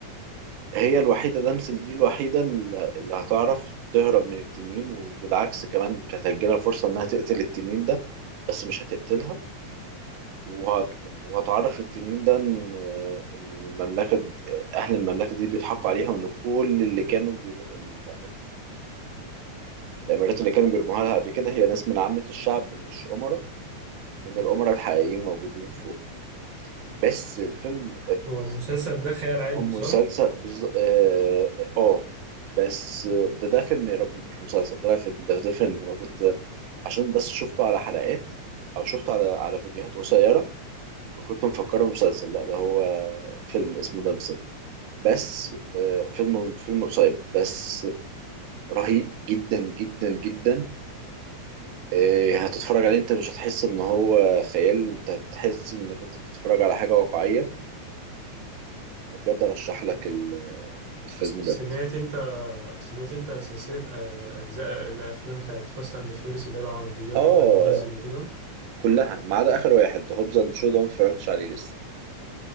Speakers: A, on the right (about 80°); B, on the right (about 60°).
A: هي الوحيدة دمسل دي الوحيدة اللي اللي هتعرف تهرب من التنين وبالعكس كمان كانت هتجيلها فرصة إنها تقتل التنين ده بس مش هتقتلها وهت... وهتعرف التنين ده ان إن المملكه د- اهل المملكه دي بيضحكوا عليها وان كل اللي كانوا بيرو... ال- الامارات اللي كانوا بيرموها لها قبل كده هي ناس من عامه الشعب مش امراء وان الامراء الحقيقيين موجودين فوق بس الفيلم
B: هو المسلسل ده خيال علمي
A: ام مسلسل
B: صح؟
A: بز... اه آه. آه، بس ده ده فيلم يا ربي مش مسلسل طلع فيلم ده ده فيلم انا كنت عشان بس شفته على حلقات او شفته على على فيديوهات قصيره فكنت مفكره مسلسل لا ده هو فيلم اسمه دمسم بس آه، فيلم فيلم قصير بس رهيب جدا جدا جدا آه، هتتفرج عليه انت مش هتحس ان هو خيال انت هتحس انك انت بتتفرج على حاجة واقعية بجد ارشح لك ال- الفيلم ده
B: سمعت انت سمعت انت سلسلة آه، اجزاء الافلام بتاعت فاست اند فيوريوس اللي هي العربيات
A: اه
B: وفان ديزل وكده
A: كلها ما عدا اخر واحد هوبز اند شو ده ما اتفرجتش عليه لسه